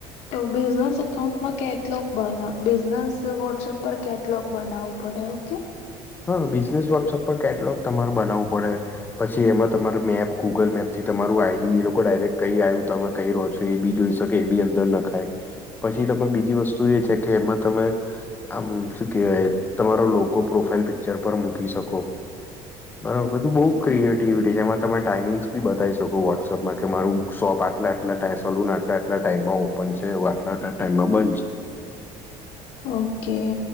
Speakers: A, on the left; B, on the left.
A: તો બિઝનેસ અકાઉન્ટ માં કેટલોગ બનાવ બિઝનેસ વોટ્સએપ પર કેટલોગ બનાવવું પડે ઓકે
B: હા બિઝનેસ વોટ્સઅપ પર કેટલોગ તમારે બનાવવું પડે પછી એમાં તમાર મેપ ગુગલ મેપથી તમારું આઈડી એ લોકો ડાયરેક્ટ કઈ આવ્યું તમે કઈ રહો છો એ બી જોઈ શકે એ બી અંદર ના ખાય પછી તમે બીજી વસ્તુ એ છે કે એમાં તમે આમ શું કેવાય તમારો લોગો પ્રોફાઈલ પિક પિકચર પર મૂકી શકો બરોબર
A: ઓકે
B: બધું બ ક્રિએટિવિટી છેમાં ત ટાઈમિંગસ બી બતાવી શકો વોટ્સઅપમાં કે મારું શોપ આટલા આટલા સલૂન આટલા આટલા ટાઈમ આવ પણ છે વાટલાટલા ટાઈમમાં બંધ છે.
A: ઓકે